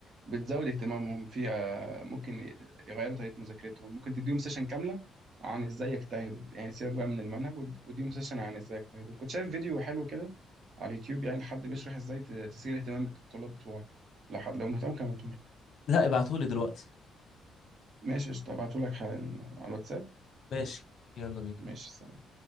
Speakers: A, on the right; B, on the left.
A: بتزود اهتمامهم في آه، ممكن يغيروا طريقة مذاكرتهم ممكن تديهم سيشن كاملة عن ازاي يجتهدوا يعني سيبك بقى من المنهج ود- واديهم سيشن عن ازاي يجتهدوا كنت شايف فيديو حلو كده على اليوتيوب يعني حد بيشرح ازاي ت- تثير اهتمام الطلاب بتوعك لو حد لو مهتم كان ابعتهولك
B: لا ابعتولي دلوقتي
A: ماشي قشطة هبعتهولك حالا على الواتساب
B: ماشي يلا بينا
A: ماشي سلام